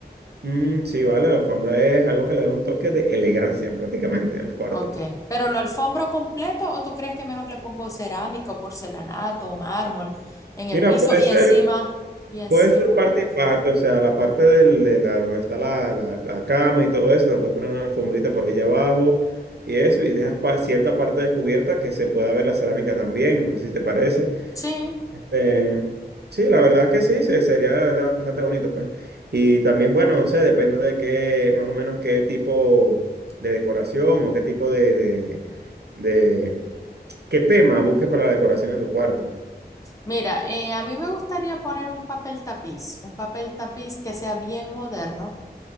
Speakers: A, on the right (about 70°); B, on the left (about 20°).
A: Mm, sí, vale, la alfombra es algo que le da un toque de elegancia prácticamente al cuarto.
B: Ok, pero lo alfombro completo o tú crees que mejor le pongo cerámico, porcelanato, mármol en el
A: Mira,
B: piso
A: puede
B: y
A: ser,
B: encima, y encima
A: Puede ser parte
B: la alfombra.
A: y parte, o sea, la parte del, de la, donde está la, la, la cama y todo eso, le puedes poner una alfombrita por allá abajo y eso, y dejas pa- cierta parte descubierta que se pueda ver la cerámica también, no sé si te parece.
B: Sí,
A: Eh, sí, la verdad que sí, se- sería de verdad bastante bonito, pues. Y también, bueno, no sé, depende de qué, más o menos qué tipo de decoración o qué tipo de, de, de, de- qué tema busques para la decoración de tu cuarto.
B: mira, eh, a mí me gustaría poner un papel tapiz, un papel tapiz que sea bien moderno,